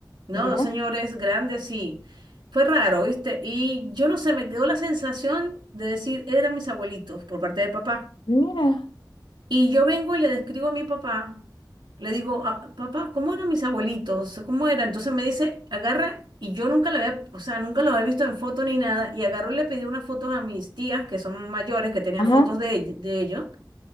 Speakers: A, on the right; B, on the left.
A: ¿no?
B: ¿Ya?
A: Dos señores grandes y fue raro, ¿viste? Y yo no sé, me quedó la sensación de decir, eran mis abuelitos por parte de papá.
B: Mira.
A: Y yo vengo y le describo a mi papá, le digo, "Ah, papá, ¿cómo eran mis abuelitos? ¿Cómo eran? Entonces me dice, agarra, y yo nunca la había, o sea, nunca los había visto en foto ni nada, y agarró y le pidió unas fotos a mis tías, que son mayores, que tenían
B: Ajá.
A: fotos de, ell- de ellos,